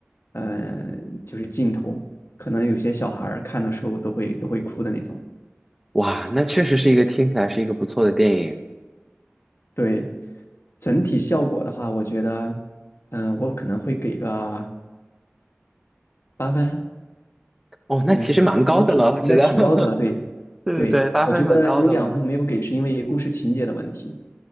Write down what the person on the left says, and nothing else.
嗯，就是镜头，可能有些小孩儿看的时候都会都会哭的那种。
对，整体效果的话，我觉得，嗯、我可能会给个八分，
应该应该挺应该挺高的了。
对，
对，
我觉得有两分没有给，是因为故事情节的问题。